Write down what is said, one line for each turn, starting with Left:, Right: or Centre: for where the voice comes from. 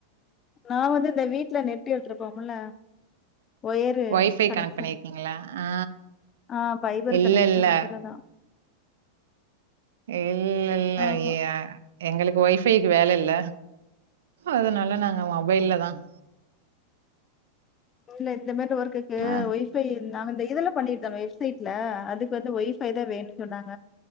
Left: நான் வந்து இந்த வீட்டுல நெட்டு எடுத்துருப்போம்ல ஒயரு
Right: ஒய்ஃபை
Left: கனெக்ஷன்
Right: கனெக்ட் பண்ணிருக்கீங்களா ஆ
Left: ஆஹ் பைபர்
Right: இல்ல
Left: கனெக்ஷன்
Right: இல்ல
Left: அதுலதான்
Right: இல் இல்ல இல்ல
Left: ஆமா.
Right: எங் எங்களுக்கு ஒய்பைக்கு வேல இல்ல அதனால நாங்க மொபைல்ல தான்
Left: இல்ல இந்த மார் ஒர்க்குக்கு
Right: ஆ
Left: ஒய்ஃபை இந்த இதுல பண்ணிருந்தாங்க வெப்சைட்ல அதுக்கு வந்து ஒய்ஃபை தான் வேணும்னு சொன்னாங்க.